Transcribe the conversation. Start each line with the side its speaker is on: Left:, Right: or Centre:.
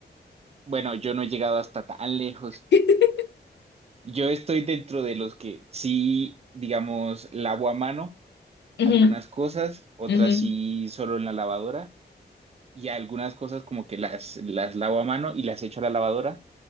Right: Bueno, yo no he llegado hasta tan lejos.
Left: <laughs>
Right: Yo estoy dentro de los que sí, digamos, lavo a mano
Left: Ujú,
Right: algunas cosas, otras
Left: ujú.
Right: sí solo en la lavadora y algunas cosas como que las, las lavo a mano y las echo a la lavadora,